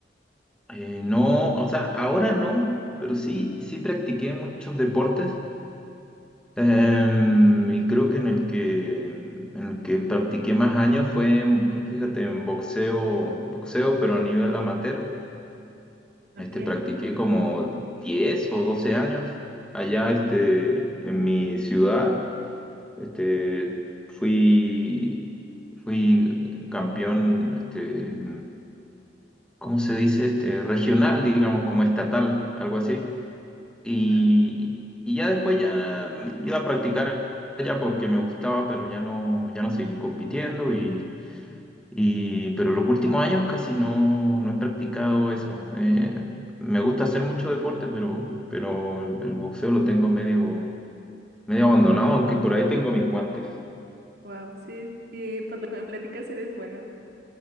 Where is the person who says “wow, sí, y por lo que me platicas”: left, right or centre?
Right